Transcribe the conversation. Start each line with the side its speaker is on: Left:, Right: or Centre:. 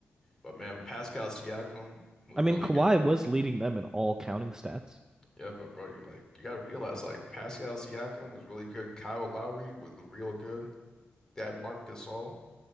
Left: But man, Pascal Siakam was
Right: I mean,
Left: really
Right: Kawhi
Left: good.
Right: was leading them in all counting stats.
Left: Yeah, but bro, you like you gotta realize like Pascal Siakam was really good. Kyle Lowry was l- real good. They had Marc Gasol